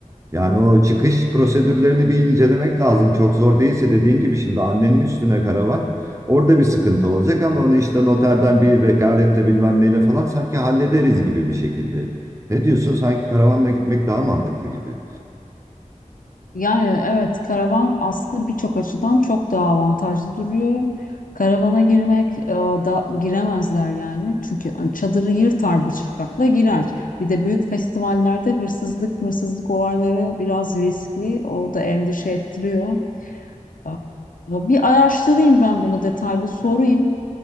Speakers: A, on the right; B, on the left.
A: Yani o çıkış prosedürlerini bir incelemek lazım. Çok zor değilse dediğin gibi şimdi annenin üstüne karavan. Orada bir sıkıntı olacak ama onu işte noterden bir vekaletle bilmem neyle falan sanki hallederiz gibi bir şekilde. Ne diyorsun? Sanki karavanla gitmek daha mantıklı gibi.
B: Yani evet karavan aslında birçok açıdan çok daha avantajlı duruyor. Karavana girmek e, da giremezler yani. Çünkü hani çadırı yırtar bıçakla girer. Bir de büyük festivallerde hırsızlık, mırsızlık olayları biraz riskli. O da endişe ettiriyor. E, Bir araştırayım ben bunu detaylı sorayım.